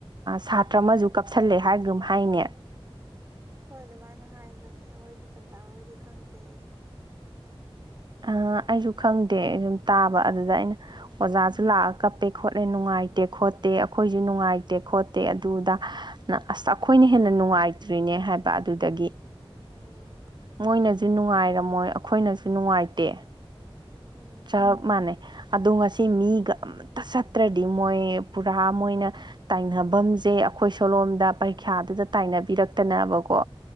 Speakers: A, on the right (about 50°); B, on the right (about 30°).
A: ꯁꯥꯇ꯭ꯔ ꯑꯃꯖꯨ ꯀꯞꯁꯜꯂꯦ ꯍꯥꯏꯒꯨꯝ ꯍꯥꯏꯅꯦ
B: ꯍꯣꯏ ꯑꯗꯨꯃꯥꯏꯅ ꯍꯥꯏꯕꯅꯦ ꯋꯥꯔꯤꯗꯤ ꯆꯞ ꯆꯥꯕꯕꯨꯗꯤ ꯈꯪꯗ꯭ꯔꯦ ꯑꯩꯖꯨ
A: ꯑ ꯑꯩꯖꯨ ꯈꯪꯗꯦ ꯑꯗꯨꯝ ꯇꯥꯕ ꯑꯗꯨꯗ ꯑꯩꯅ
B: ꯎꯝ
A: ꯑꯣꯖꯥꯖꯨ ꯂꯥꯛꯑ ꯀꯞ ꯈꯣꯠꯂꯦ ꯅꯨꯡꯉꯥꯏꯇꯦ ꯈꯣꯠꯇꯦ ꯑꯈꯣꯏ ꯅꯨꯡꯉꯥꯏꯇꯦ ꯈꯣꯠꯇꯦ ꯑꯗꯨꯗ ꯅ ꯑꯁ ꯑꯩꯈꯣꯏꯅ ꯍꯦꯟꯅ ꯅꯨꯡꯉꯥꯏꯇ꯭ꯔꯤꯅꯦ ꯍꯥꯏꯕ ꯑꯗꯨꯗꯒꯤ
B: ꯎꯝ
A: ꯃꯣꯏꯅꯖꯨ ꯅꯨꯡꯉꯥꯏꯔꯝꯃꯣꯏ ꯑꯈꯣꯏꯅꯁꯨ ꯅꯨꯡꯉꯥꯏꯇꯦ
B: ꯎꯝ
A: ꯆꯞ ꯃꯥꯟꯅꯩ ꯑꯗꯣ ꯉꯁꯤ ꯃꯤꯒ ꯑꯃꯠꯇ ꯆꯠꯇ꯭ꯔꯗꯤ ꯃꯣꯏ ꯄꯨꯔꯥ ꯃꯣꯏꯅ ꯇꯥꯏꯅꯕꯝꯁꯦ ꯑꯩꯈꯣꯏ ꯁꯣꯂꯣꯝꯗ ꯄꯔꯤꯈ꯭ꯌꯥꯗꯨꯗ ꯇꯥꯏꯅꯕꯤꯔꯛꯇꯅꯕꯀꯣ